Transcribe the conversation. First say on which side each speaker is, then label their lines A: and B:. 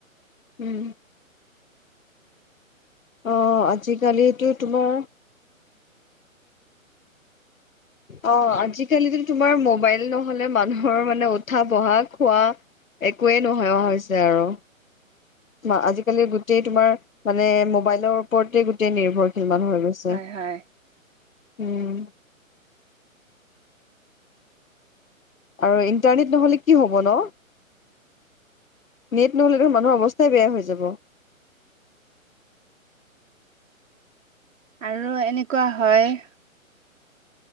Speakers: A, on the left (about 70°); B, on the right (about 65°).
A: <unintelligible> অ', আজি-কালিটো তোমাৰ অ', আজি-কালিটো তোমাৰ মোবাইল নহলে মানুহ ৰ মানে উঠা বহা খোৱা একোৱেই নোহেৱা হৈছে আৰু। <unintelligible> আজিকালি গোটেই তোমাৰ, মানে মোবাইলৰ ওপৰতে গোটেই নিৰ্ভৰশীল মানুহে হৈ গৈছে,
B: হয় হয়
A: উম। আৰু ইণ্টাৰনেট নহ'লে কি হ'ব ন। নেট নহ'লেতো মানুহৰ অৱস্থাই বেয়া হৈ যাব।
B: আৰু এনেকুৱা হয়